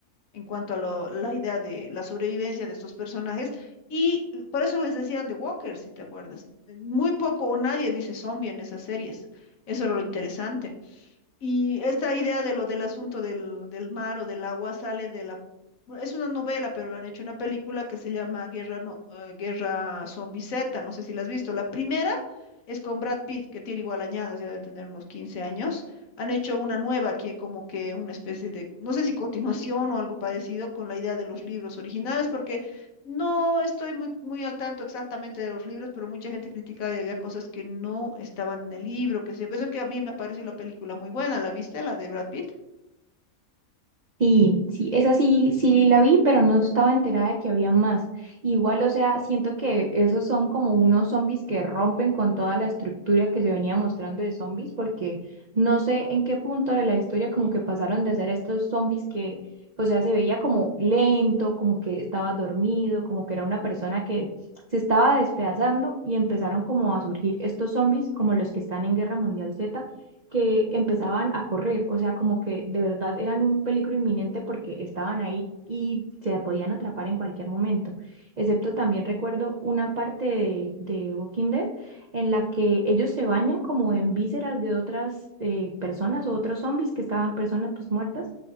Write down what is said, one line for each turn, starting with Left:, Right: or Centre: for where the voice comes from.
Left: en cuanto a lo- la idea de la sobrevivencia de estos personajes. Y por eso les decían The Walker, si te acuerdas. Muy poco o nadie dice zombie en esas series. Eso era lo interesante. Y esta idea de lo del asunto del, del mar o del agua sale de la... bueno, Es una novela, pero la han hecho una película que se llama Guerra, no, eh, Guerra Zombie Z, no sé si la has visto. La primera es con Brad Pitt, que tiene igual añadas, ya de tener unos 15 años. Han hecho una nueva que como que una especie de, no sé si continuación o algo parecido con la idea de los libros originales, porque no estoy muy, muy al tanto exactamente de los libros, pero mucha gente criticaba y había cosas que no estaban en el libro, que sé. yo. Por eso que a mí me pareció la película muy buena, ¿la viste? La de Brad Pitt.
Right: Sí, sí, esa sí, sí la vi, pero no estaba enterada de que había más. Igual, o sea, siento que esos son como unos zombies que rompen con toda la estructura que se venía mostrando de zombies, porque no sé en qué punto de la historia como que pasaron de ser estos zombies que, o sea, se veía como lento, como que estaba dormido, como que era una persona que se estaba despedazando y empezaron como a surgir estos zombies como los que están en Guerra Mundial Z que empezaban a correr, o sea, como que de verdad eran un peligro inminente porque estaban ahí y se podían atrapar en cualquier momento. Excepto también recuerdo una parte de, de Walking Dead en la que ellos se bañan como en vísceras de otras eh, personas o otros zombies que estaban personas pues muertas